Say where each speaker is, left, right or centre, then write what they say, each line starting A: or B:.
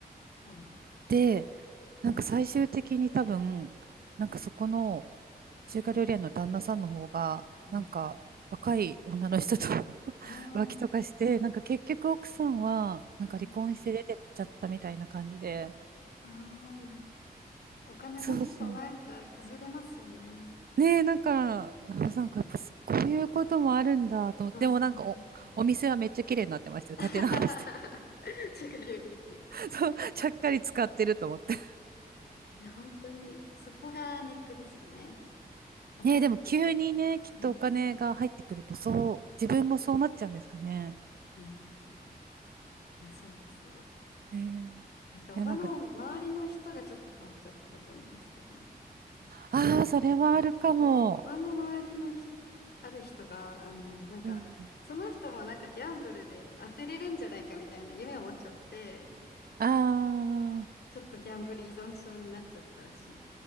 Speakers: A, on the left (about 80°); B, on the right (about 65°).
A: ごい。
B: で、なんか最終的に多分、なんかそこの中華料理屋の旦那さんの方が、
A: うん。
B: なんか若い女の人と <laughs>
A: あー
B: 浮気とかして、なんか結局奥さんは、なんか離婚して出てっちゃったみたいな感じで。
A: ああなお金持つとなんか崩れますよね。
B: そうそう。ねえ、なんか、あなんかやっぱこういうこともあるんだと思って、
A: うんそうそうそうそう。
B: でもなんかお、お店はめっちゃ綺麗になってましたよ。
A: <laughs>
B: 建て直して。
A: 食料品。うん
B: <laughs> そう、ちゃっかり使ってると思って。
A: いや、本当に、そこがネックですよね。お金、
B: ねえ、でも急にね、きっとお金が入ってくると、
A: うん。
B: そう、自分もそうなっちゃうんですかね。
A: うん。いや、そうですよ。
B: ええ
A: なんか、
B: いや、
A: おばの周りの人がちょっと変わっちゃったと思います、
B: なんか、
A: 多分。
B: ああ、それはあるかも。
A: その場の周りのひある人が、あの、なんか、
B: うん
A: その人もなんかギャンブルで当てれるんじゃないかみたいな夢を持っちゃって、
B: ああ、
A: ちょっとギャンブル依存症になっちゃったらしい。